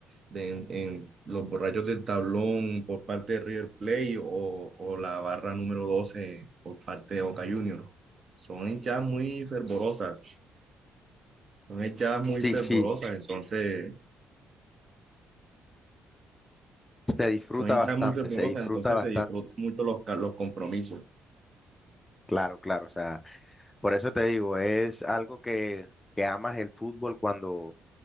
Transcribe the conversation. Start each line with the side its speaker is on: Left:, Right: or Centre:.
Right: de en, en los borrachos del tablón por parte de River Plate o, o la barra número 12 por parte de Boca Juniors. Son hinchas muy fervorosas, son hinchas muy
Left: Sí,
Right: fervorosas,
Left: sí,
Right: entonces,
Left: se disfruta
Right: son hinchas
Left: bastante,
Right: muy fervorosas,
Left: se disfruta
Right: entonces
Left: bastante.
Right: se disfrutan mucho los, ca- los compromisos.
Left: Claro, claro, o sea, por eso te digo, es algo que, que amas el fútbol cuando